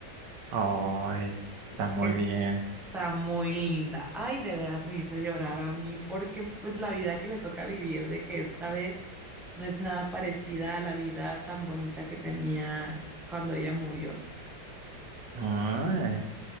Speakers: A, on the right; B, in the centre.
A: Ay, está muy
B: Está
A: bien.
B: muy linda. Ay, de veras me hizo llorar a mí porque pues la vida que le toca vivir de que esta vez no es nada parecida a la vida tan bonita que tenía cuando ella murió.
A: Ay.